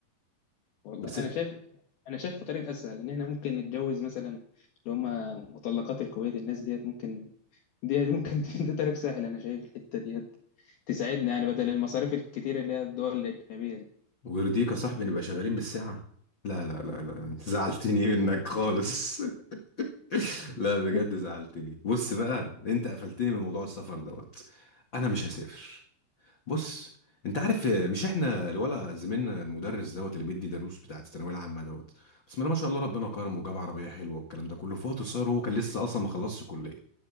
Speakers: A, on the left; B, on the left.
A: والله
B: بس
A: انا شايف انا شايف طريق اسهل ان احنا ممكن نتجوز مثلا اللي هم مطلقات الكويت الناس ديت ممكن دي ممكن <laughs> ده طريق سهل انا شايف الحته ديت تساعدنا يعني بدل المصاريف الكتير اللي هي الدول الاجنبيه دي
B: ويرضيك يا صاحبي نبقى شغالين بالساعة لا لا لا لا انت زعلتني منك خالص <laughs> لا بجد
A: <laughs>
B: زعلتني بص بقى انت قفلتني من موضوع السفر دوت انا مش هسافر بص انت عارف آه، مش احنا الولا زميلنا المدرس دوت اللي بيدي دروس بتاعت الثانويه العامه دوت بسم الله ما شاء الله ربنا كرمه وجاب عربيه حلوه والكلام ده كله في وقت قصير وهو كان لسه اصلا ما خلصش كليه